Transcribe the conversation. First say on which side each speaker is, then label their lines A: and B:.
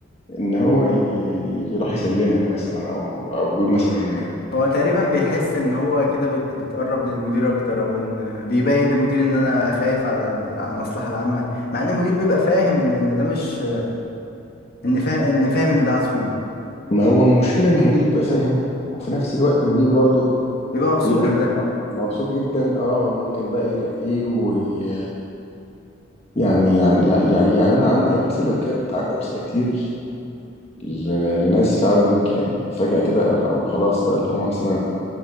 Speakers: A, on the left; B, on the left.
A: ان هو ي- يروح يسلمك مثلا او او يقول مثلا
B: هو تقريبا بيحس ان هو كده بيت- بيتقرب للمدير اكتر او ان بيبين للمدير ان انا خايف على ال- على المصلحة العامة مع ان المدير بيبقى فاهم ان ان ده مش ان فاهم ان فاهم ان ده عصفور
A: ما هو المشكلة إن المدير بيبقى فاهم وفي نفس الوقت المدير برضه
B: بيبقى مبسوط
A: بيبقى
B: من ده
A: م- مبسوط جدا اه وممكن بقى يرقيه وي... يعني يعني يعني يعني يعني انا عندي امثله بجد عندي امثله كتير ل... لناس فعلا يعني فجاه كده او خلاص بقى اللي هم مثلا